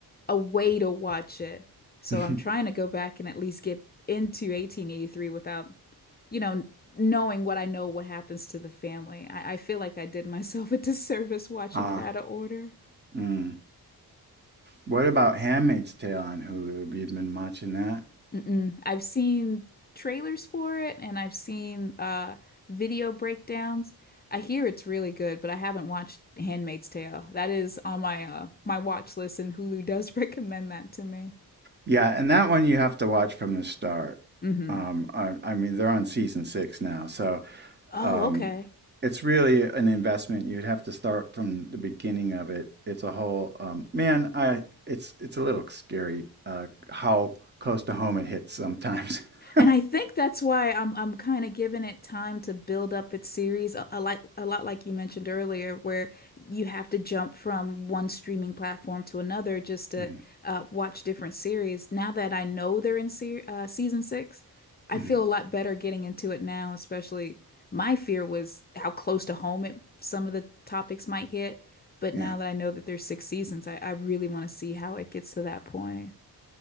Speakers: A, on the left; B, on the right.
A: a way to watch it. So
B: <laughs>
A: I'm trying to go back and at least get into 1883 without, you know, knowing what I know what happens to the family. I, I feel like I did myself a disservice watching
B: ah,
A: it out of order.
B: mm. What about Handmaid's Tale on Hulu? Have you been watching that?
A: Mm-mm. I've seen trailers for it and I've seen uh video breakdowns. I hear it's really good, but I haven't watched Handmaid's Tale. That is on my uh my watch list and Hulu does <laughs> recommend that to me.
B: Yeah, and that one you have to watch from the start.
A: hmm
B: Um, I, I mean, they're on season six now, so
A: Oh,
B: um,
A: okay.
B: it's really an investment. You'd have to start from the beginning of it. It's a whole um, man. I it's it's a little scary uh, how close to home it hits sometimes. <laughs>
A: And I think that's why I'm I'm kind of giving it time to build up its series a, a lot a lot like you mentioned earlier, where you have to jump from one streaming platform to another just to
B: Mhm,
A: uh, watch different series. Now that I know they're in se uh, season six, I
B: mhm,
A: feel a lot better getting into it now. Especially my fear was how close to home it, some of the topics might hit, but now
B: Yeah,
A: that I know that there's six seasons, I, I really want to see how it gets to that point.